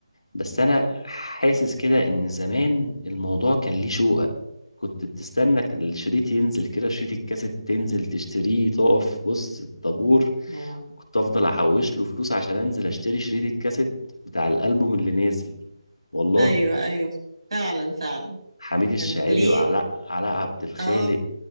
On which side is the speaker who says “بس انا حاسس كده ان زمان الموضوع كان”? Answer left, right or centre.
Left